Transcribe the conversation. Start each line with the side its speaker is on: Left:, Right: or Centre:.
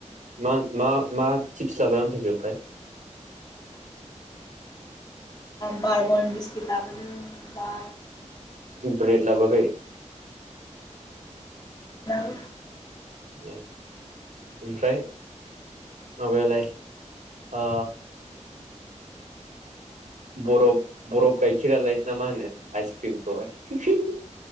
Right: मा-मा-मा टिप्स लाबाय आं फैदो ओमफ्राय? <inaudible>
Left: बार बन बिस्किट लाबोदों बा
Right: ब्रेड लाबोआखै
Left: <inaudible> <unintelligible>
Right: ए ओमफ्राय माबायालाय ओ बरफ बरफ गाइखेरालाय ना मा होनो आइसक्रिमखौहाय